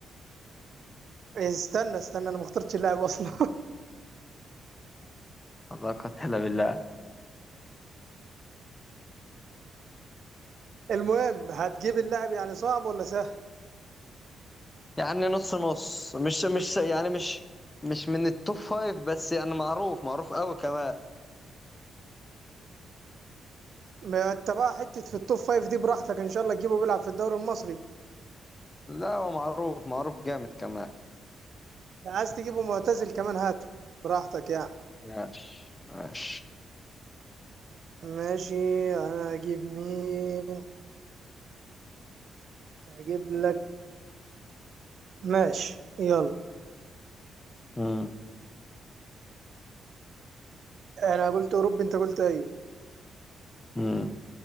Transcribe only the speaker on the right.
استنى استنى انا ما اخترتش اللاعب اصلا
<laughs> المهم هتجيب اللاعب يعني صعب ولا سهل؟
ما انت بقى حته في التوب فايف دي براحتك ان شاء الله تجيبه بيلعب في الدوري المصري
لو عايز تجيبه معتزل كمان هاته براحتك يعني
ماشي انا هجيب مين؟ هجيب لك ماشي يلا
انا قلت اوروبي انت قلت ايوه